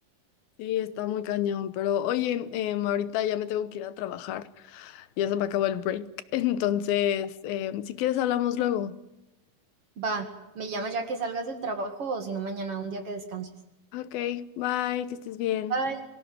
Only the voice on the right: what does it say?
Va, me llamas ya que salgas del trabajo o si no mañana, un día que descanses.
Bye.